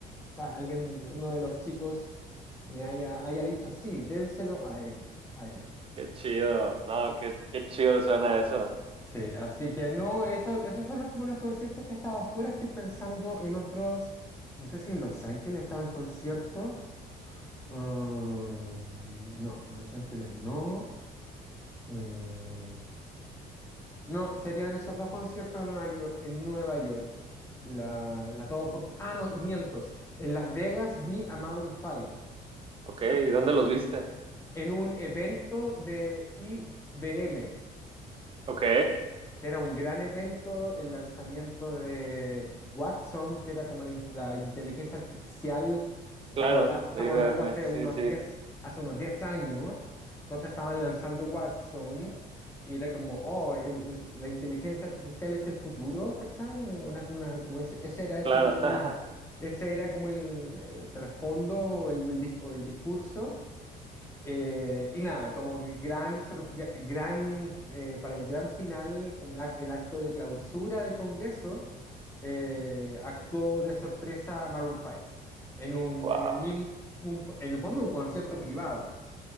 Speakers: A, on the left; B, on the right.
A: o sea, alguien, uno de los chicos me haya, haya dicho, sí, dénselo a él, a él.
B: Qué chido. No, qué, qué chido suena eso.
A: Sí, así que no, eso, esos son los, como los conciertos que he estado afuera. Estoy pensando en otros. No sé si en Los Ángeles estaba en concierto. Mm, no, en Los Ángeles no. Eh, no, serían esos dos conciertos en Nueva York. En Nueva York. La- las dos oportunidades. Ah, no, y miento. En Las Vegas vi a Maroon 5
B: Ok, ¿y dónde los viste?
A: en un evento de IBM.
B: Ok,
A: que era un gran evento, el lanzamiento de Watson, que era como la, in- la inteligencia artificial, estamos,
B: claro,
A: habla- estamos
B: de IBM.
A: hablando hace
B: Sí,
A: unos
B: sí,
A: 10,
B: sí,
A: hace unos 10 años, entonces estaban lanzando Watson y era como, oh, el- el- la inteligencia artificial es el futuro, ¿cachai? Una, una- una- como ese, ese era
B: claro.
A: como el,
B: <laughs>
A: ese era como el, el trasfondo o el, o el dis- o el discurso. Eh, y nada, como gran, sor- gra- gran eh, para el gran final, como el ac- el acto de clausura del Congreso, eh, actuó de sorpresa Maroon 5 en un,
B: Wow,
A: en el mismo, un- en el fondo un concierto privado.